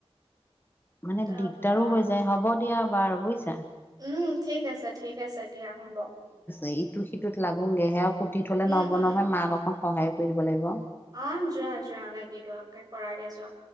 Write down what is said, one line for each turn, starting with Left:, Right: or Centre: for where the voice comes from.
Left: মানে
Right: তাৰপা,
Left: দিগদাৰো হৈ যায়, হ'ব দিয়া বাৰু বুইছা।
Right: উম, ঠিক আছে- ঠিক আছে দিয়া হ'ব।
Left: এ ইটো সিটোত <unintelligible>
Right: উম,
Left: নহ'ব
Right: উম,
Left: নহয় মাক অকণ সহায় কৰি দিব লাগিব।
Right: অ', যোৱা যোৱা লাগিব তাকে কৰাগে যোৱা।